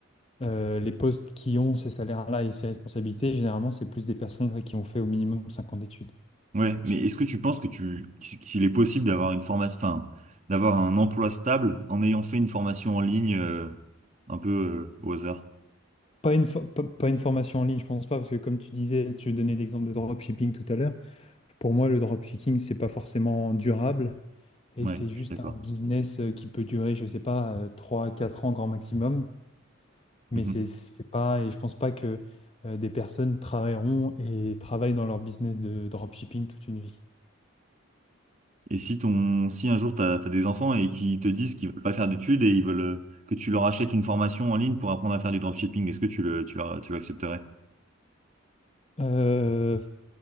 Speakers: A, on the left (about 30°); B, on the right (about 35°).
A: euh, les postes qui ont ces salaires-là et ces responsabilités, généralement, c'est plus des personnes ouais, qui ont fait au minimum cinq ans d'études.
B: Ouais, mais est-ce que tu penses que tu qu'il est possible d'avoir une formation, enfin, d'avoir un emploi stable en ayant fait une formation en ligne euh, un peu euh, au hasard?
A: Pas une, fo- pas pas une formation en ligne, je pense pas, parce que comme tu disais, tu donnais l'exemple de dropshipping tout à l'heure. Pour moi, le dropshipping, c'est pas forcément durable et
B: Ouais,
A: c'est juste
B: je suis d'accord.
A: un business euh, qui peut durer, je sais pas, euh, 3 à 4 ans grand maximum. Mais
B: Mhm.
A: c'est c'est pas, et je pense pas que euh, des personnes travailleront et travaillent dans leur business de dropshipping toute une vie.
B: Et si ton si un jour t'as t'as des enfants et qu'ils te disent qu'ils veulent pas faire d'études et ils veulent euh, que tu leur achètes une formation en ligne pour apprendre à faire du dropshipping, est-ce que tu le tu, vas- tu l'accepterais?
A: Euh,